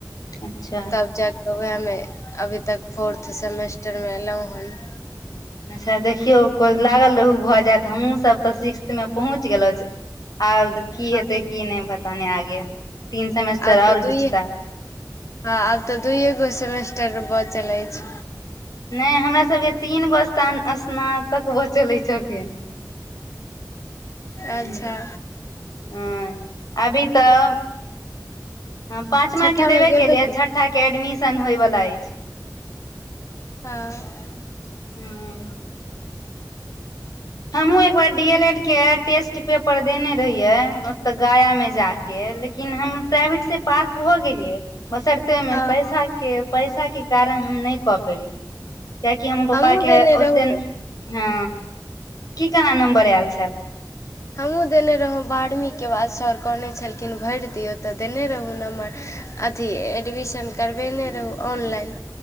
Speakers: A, on the left; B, on the left.
A: अच्छा
B: तब जाकऽ उएहमे अभी तक फोर्थ सेमेस्टरमे एयलहुँ हन
A: अच्छा देखियौ को लागल रहू भऽ जायत हमहूँ सब तऽ सिक्स्थ मे पहुँच गेलहु आब की
B: हँ
A: हेतै की नय पता नय आगे तीन सेमेस्टर
B: आब तऽ
A: आओर घिचता
B: दुइ हँ आब तऽ दुूइए गो सेमेस्टर बचलै अइछ
A: नय हमरा सबके तीन गो स्न स्नातक बचल अइछ अखैन
B: अच्छा
A: ह ह अभी तऽ ह पाँचव
B: छठामे
A: के देबे
B: गेबे
A: के लिए
B: केलहुँ
A: छठा के एडमिशन होयवला अछि
B: हँ।
A: हँ। हमहुूँ एक बार डी एल एड के टेस्ट पेपर देने रहियै ओते गया में जा के ले लेकिन हम प्राइवेटसँ पास भऽ गेलियै बसरते मे
B: हँ
A: पैसा के पैसा के कारण हम नय कऽ पेलिय कियाकि हमर पापा
B: हमहूँ
A: के
B: देने
A: ओते
B: रहू
A: ह की केना नम्बर आयल छल
B: हमहूँ देने रहौँ बारहवींके बाद सर कहने छलखिन भरि दियौ तऽ देने रहौ नम्बर अथी एडमिशन करबेने रहू ऑनलाइन